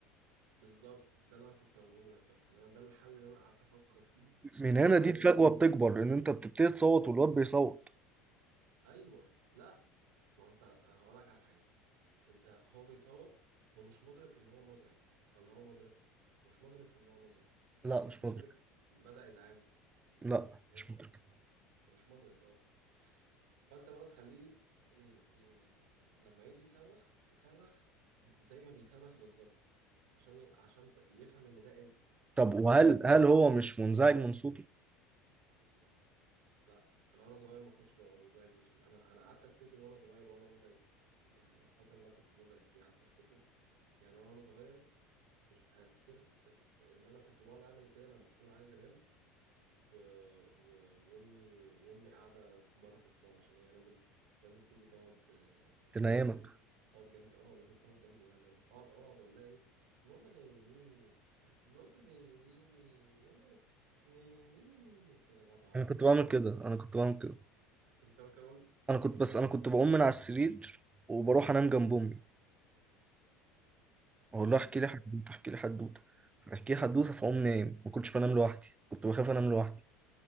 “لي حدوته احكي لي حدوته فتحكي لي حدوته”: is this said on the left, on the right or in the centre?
Right